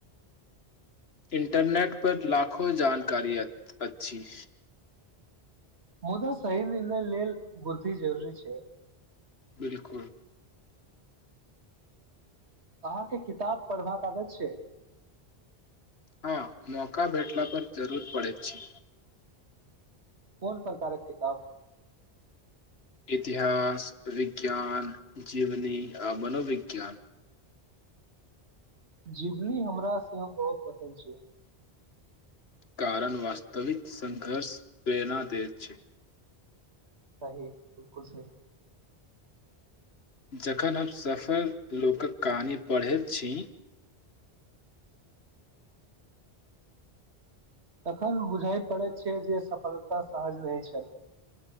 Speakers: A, on the left (about 70°); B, on the right (about 85°).
A: इंटरनेट पर लाखो जान कारि तऽ अछि
B: मुदा शही निर्णय लेल बुद्धि जरूरी छै
A: बिलकुल
B: अहाँके किताब पढ़बाक आागत छै
A: हँ मौका भेटला पर जरर पड़ैत छै
B: कोन प्रकारक किताब
A: इतिहास विज्ञान जीवनी आ मनोविज्ञान
B: जिवनी हमराँ सेहो बहुत पसन्द छै
A: कारण वास्तविक संघर्ष प्रेरणादय छै
B: सही बिलकुल सही
A: जखन हम सफल लोकक कहानी पढ़ैत छी
B: तखन बुझइ पड़ैत छै जे सफलता सहज नहि छल